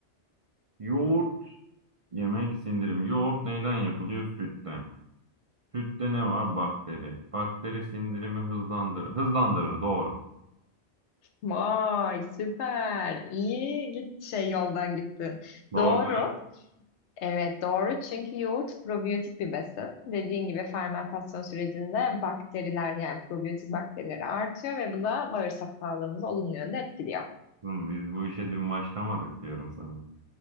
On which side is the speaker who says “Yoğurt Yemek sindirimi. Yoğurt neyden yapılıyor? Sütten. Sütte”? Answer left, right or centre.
Right